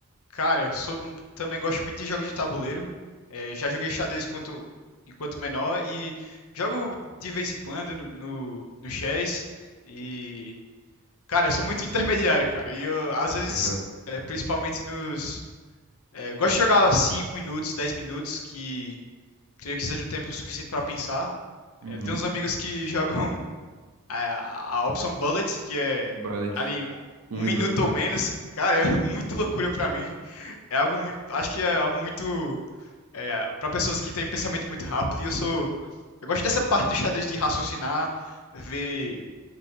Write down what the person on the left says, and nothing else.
Cara, eu sou, mu- também gosto muito de jogos de tabuleiro. É, já joguei xadrez enquanto, enquanto menor e jogo de vez em quando no, no, no chess. E, cara, eu sou muito <laughs> intermediário, cara. E eu, às vezes,
é, principalmente nos. é, gosto de jogar 5 minutos, 10 minutos, que creio que seja o tempo suficiente pra pensar.
É, tem uns amigos que <laughs> jogam a, a opção bullet, que é
ali um,
um
minuto ou menos, cara, <laughs> é muito loucura pra mim. É algo muito, acho que é algo muito é, para pessoas que têm pensamento muito rápido. E eu sou, eu gosto dessa parte do xadrez de raciocinar, ver